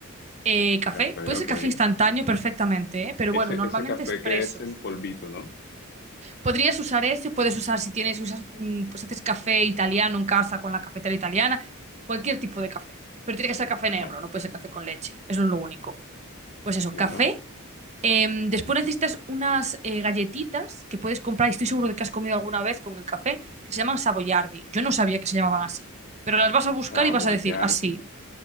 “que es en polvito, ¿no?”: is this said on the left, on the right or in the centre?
Left